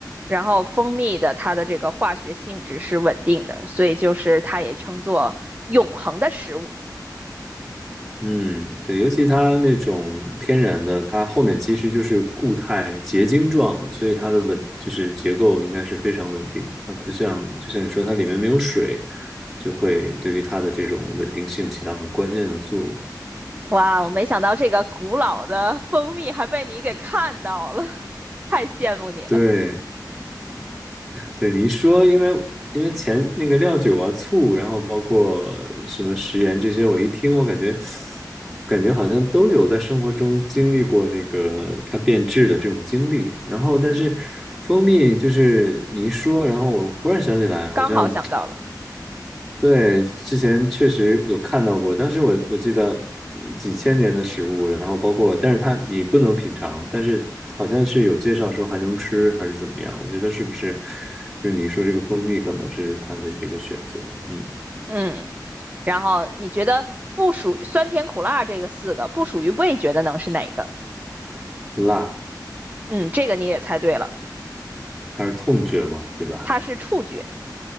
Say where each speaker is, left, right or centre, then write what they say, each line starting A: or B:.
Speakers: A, on the right; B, in the centre.
A: 然后蜂蜜的它的这个化学性质是稳定的，所以就是它也称作永恒的食物。
B: 嗯，对，尤其它那种天然的，它后面其实就是固态结晶状，所以它的稳就是结构应该是非常稳定。它不像就像你说，它里面没有水，就会对于它的这种稳定性起到很关键的作用。
A: 哇，我没想到这个古老的蜂蜜还被你给看到了，<laughs> 太羡慕你了，
B: 对，对你一说，因为因为前那个料酒啊、醋，然后包括什么食盐这些，我一听，我感觉感觉好像都有在生活中经历过那个它变质的这种经历。然后，但是蜂蜜就是你一说，然后我忽然想起来，好像
A: 刚好想到了。
B: 对，之前确实有看到过，当时我我记得嗯几千年的食物，然后包括，但是它你不能品尝，但是好像是有介绍说还能吃还是怎么样，我觉得是不是就是你说这个蜂蜜可能是它的这个选择，嗯，
A: 嗯。然后你觉得不属于酸甜苦辣这个四个不属于味觉的能是哪个？
B: 辣
A: 嗯，这个你也猜对了，
B: 它是痛觉嘛，对吧？
A: 它是触觉，